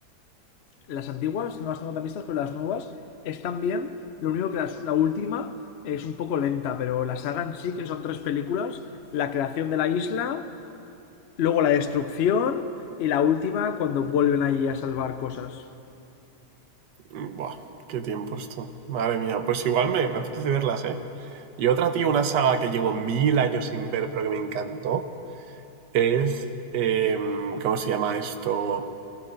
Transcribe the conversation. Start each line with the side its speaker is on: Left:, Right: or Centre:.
Left: Las antiguas no las tengo tan vistas, pero las nuevas están bien. Lo único que las- la última es un poco lenta, pero la saga en sí, que son tres películas, la creación de la isla, luego la destrucción y la última cuando vuelven ahí a salvar cosas.
Right: Mm, Buah, qué tiempo esto. Madre mía, pues igual me, me apetece verlas, ¿eh? Y otra, tío, una saga que llevo mil años sin ver, pero que me encantó, es... em, ¿cómo se llama esto?